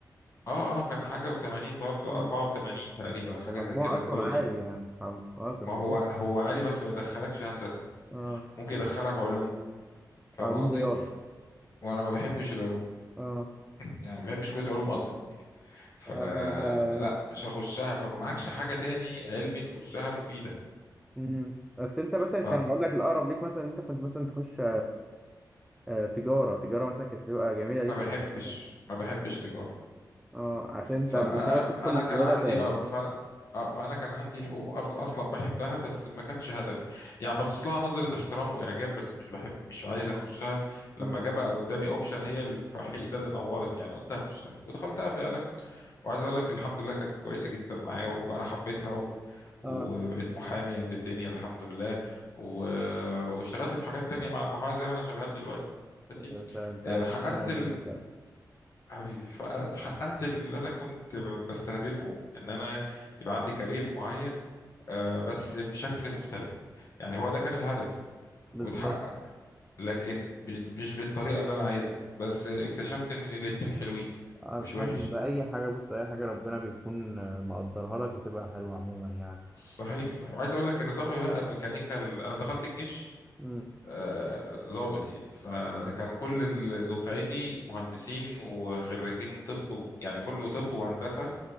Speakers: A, on the left (about 45°); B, in the centre.
A: اه اه كان حاجه و80 برضو 84
B: مم.
A: تقريبا حاجه
B: كان مجموع
A: زي كده
B: اصلا
A: الكلي
B: عالي يعني فاهم؟ اه كان
A: ما
B: كويس
A: هو هو عالي بس ما يدخلكش هندسه
B: اه
A: ممكن يدخلك علوم فاهم
B: علوم
A: قصدي
B: رياضه
A: وانا ما بحبش العلوم
B: اه
A: يعني ما بحبش كليه علوم اصلا فلا
B: اه فانت يعني
A: مش هخشها فما معكش حاجة تاني علمي تخشها مفيدة
B: مم. بس انت مثلا
A: فما
B: كان اقول لك الاقرب ليك مثلا إن انت كنت مثلا تخش آه تجاره تجاره مثلا كانت تبقى جميله ليك
A: بحبش
B: مثلا
A: ما بحبش تجارة
B: اه عشان انت
A: فانا
B: مش عايز تدخل
A: انا كان
B: رياضه
A: عندي
B: تاني
A: اه فانا اه فانا كان عندي حقوق ارض اصلا بحبها بس ما كانتش هدفي يعني باصص لها نظرة احترام واعجاب بس مش بحب مش عايز اخشها لما
B: مم.
A: جه بقى قدامي اوبشن هي الفحيح ده اللي نورت يعني قلت هخشها ودخلتها فعلا وعايز اقول لك الحمد لله كانت كويسه جدا معايا وانا حبيتها و... وبقيت
B: اه
A: محامي قد الدنيا الحمد لله و... واشتغلت في حاجات تانية مع المحاماة زي ما انا شغال دلوقتي
B: بس انت
A: آه،
B: عارف
A: حققت
B: الدنيا الدنيا مش لازمة.
A: حبيبي فحققت اللي انا كنت بستهدفه ان انا يبقى عندي كارير معين آه، بس بشكل مختلف يعني هو ده كان الهدف
B: بالظبط
A: واتحقق لكن ب- مش بالطريقه اللي انا عايزها بس اكتشفت ان الاتنين حلوين
B: الحمد
A: مش وحش
B: لله اي حاجه بص اي حاجه ربنا بيكون آه، مقدرها لك بتبقى حلوه عموما يعني
A: صحيح صحيح وعايز اقول لك ان صاحبي بقى ميكانيكا ال- انا دخلت الجيش
B: امم
A: آه، ضابط يعني فكان كل ال- دفعتي مهندسين وخريجين طب و- يعني كله طب وهندسه